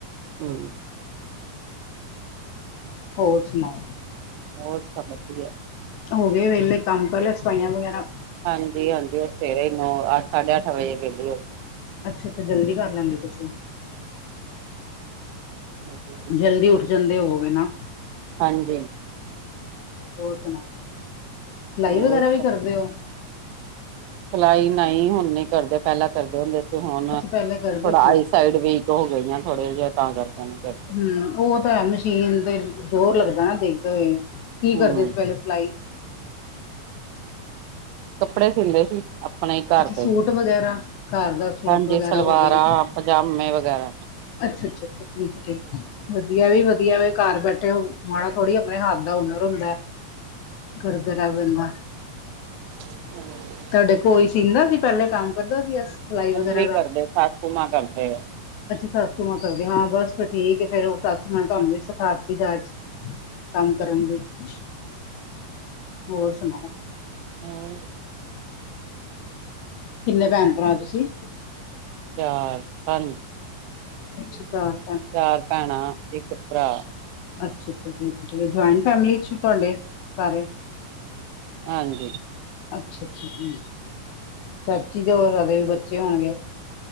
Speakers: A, on the right; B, on the left.
A: ਹੂੰ।
B: ਹੋਰ ਸੁਣਾਓ।
A: ਹੋਰ ਸਭ ਵਧੀਆ।
B: ਹੋ ਗਏ ਵਿਹਲੇ, ਕੰਮ ਕਰ ਲਿਆ ਸਫਾਈਆਂ ਵਗੈਰਾ।
A: ਹਾਂਜੀ ਹਾਂਜੀ ਉਹ ਸਵੇਰੇ ਹੀ ਨੌ, ਅੱਠ, ਸਾਢੇ ਅੱਠ ਵਜੇ ਵੇਹਲੀ ਹੋ
B: ਅੱਛਾ- ਅੱਛਾ, ਜਲਦੀ ਕਰ ਲੈਂਦੇ ਤੁਸੀ
A: ਗਈ।
B: ਜਲਦੀ ਉੱਠ ਜਾਂਦੇ ਹੋਵੇਗੇ ਨਾ।
A: ਹਾਂਜੀ।
B: ਹੋਰ ਸੁਣਾਔ, ਸਿਲਾਈ
A: ਹੋਰ
B: ਵਗੈਰਾ ਵੀ ਕਰਦੇ ਹੋ।
A: ਸਿਲਾਈ ਨਹੀਂ ਹੁਣ ਨੀ ਕਰਦੇ। ਪਹਿਲਾਂ ਕਰਦੇ ਹੁੰਦੇ ਸੀ ਹੁਣ
B: ਅੱਛਾ
A: ਥੋੜਾ
B: ਪਹਿਲੇ ਕਰਦੇ ਸੀ
A: ਆਈਸ ਸਾਈਡ ਵੀਕ ਹੋ ਗਈਆਂ ਥੋੜੇ ਜਿਹੇ ਤਾਂ ਕਰਕੇ ਨੀ ਕਰਦੇ।
B: ਹੂੰ ਉਹ ਤਾਂ ਹੈ ਮਸ਼ੀਨ ਤੇ ਜ਼ੋਰ ਲੱਗਦਾ ਨਾ ਦੇਖਦੇ ਹੋਏ, ਕੀ
A: ਹੂੰ
B: ਕਰਦੇ ਸੀ ਪਹਿਲੇ ਸਿਲਾਈ?
A: ਕੱਪੜੇ ਸੀਂਉਦੇ ਸੀ। ਅਪਣੇ ਹੀ ਘਰ
B: ਅੱਛਾ
A: ਦੇ,
B: ਸੂਟ ਵਗੈਰਾ ਘਰ ਦਾ ਸੂਟ
A: ਹਾਂਜੀ
B: ਵਗੈਰਾ
A: ਸਲਵਾਰਾਂ,
B: ਹੋ ਗਏ
A: ਪਜਾਮੇ ਵਗੈਰਾ
B: ਅੱਛਾ ਅੱਛਾ, ਠੀਕ ਆ ਠੀਕ ਆ। ਵਧੀਆ ਏ ਵੀ ਵਧੀਆ, ਘਰ ਬੈਠੇ ਔ ਮਾੜਾ ਥੋੜੀ ਏਹ ਹੱਥ ਦਾ ਹੁਨਰ ਹੁੰਦਾ, ਕਰਦੇ ਰਹਨ ਦਾ
A: ਹੂੰ।
B: ਤੁਹਾਡੇ ਕੋਈ ਸੀਦਾਂ ਸੀ ਪਹਿਲੇ ਕੰਮ ਕਰਦਾ ਪੈਆ ਸੀ। ਸਿਲਾਈ
A: ਮੰਮੀ
B: ਵਗੈਰਾ ਦਾ
A: ਕਰਦੇ, ਸਸੂ ਮਾਂ ਕਰਦੇ ਆ।
B: ਅੱਛਾ ਸੱਸੂ ਮ ਕਰਦੇ ਆ, ਹਾਂ ਬਸ ਫਿਰ ਠੀਕ ਹੈ ਫੇਰ ਉਹ ਸੱਸੂ ਮਾਂ ਨੇ ਤੁਹਾਨੂੰ ਵੀ ਸਿਖਾ ਦਿੱਤੀ ਜਾਚ ਕੰਮ ਕਰਨ ਲਈ। ਹੋਰ ਸੁਣਾਓ।
A: ਹੂੰ।
B: ਕਿੰਨੇ ਭੈਣ- ਭਰਾ ਤੁਸੀਂ?
A: ਚਾਰ, ਪੰਜ
B: ਅੱਛਾ ਚਾਰ
A: ਚਾਰ ਭੈਣਾਂ ਇੱਕ ਭਰਾ
B: ਅੱਛਾ ਅੱਛਾ ੀੀ ਜੁਆਇੰਟ ਫੈਮਲੀ ਚ ਤੁਹਾਡੇ ਸਾਰੇ
A: ਹਾਂਜੀ
B: ਅੱਛਾ ਅੱਛਾ ਹ ਚਾਚੀ ਤੇ ਹੋ ਕਦੇ ਵੀ ਬੱਚੇ ਹੋਣਗੇ